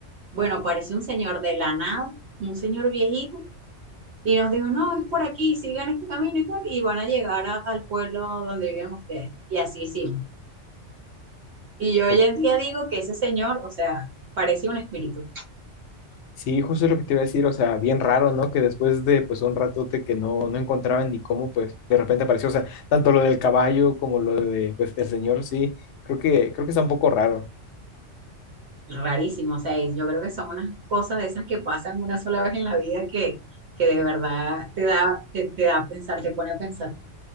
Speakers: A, on the right (about 65°); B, on the left (about 70°).
A: Bueno, aparece un señor de la nada, un señor viejito, y nos dijo, no, es por aquí, sigan este camino y tal, y van a llegar a- al pueblo donde viven ustedes. Y así hicimos. Y yo
B: Pues,
A: hoy en día digo que ese señor, o sea, parecía un espíritu.
B: Sí, justo lo que te iba a decir, o sea, bien raro, ¿no? Que después de pues un ratote que no, no encontraban ni cómo, pues de repente apareció, o sea, tanto lo del caballo como lo de pues el señor, sí, creo que, creo que está un poco raro.
A: rarísimo. O sea, es- yo creo que son unas cosas de esas que pasan una sola vez en la vida que, que de verdad te da, te, te da a pensar, te pone a pensar.